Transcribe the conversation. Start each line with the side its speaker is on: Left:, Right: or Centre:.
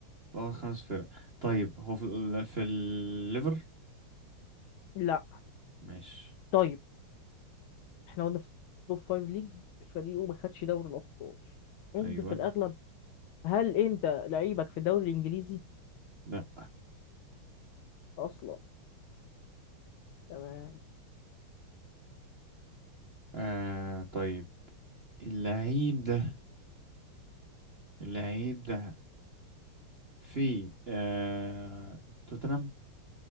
Right: في اول خمس فرق طيب هو في ال- في الليفر
Left: لا
Right: ماشي
Left: طيب احنا قلنا في توب فايف ليجز فريقه ما خدش دوري الابطال انت
Right: ايوه
Left: في الاغلب هل انت لعيبك في الدوري الانجليزي
Right: لا
Left: اصلا تمام
Right: آه طيب اللعيب ده اللعيب ده في آه توتنهام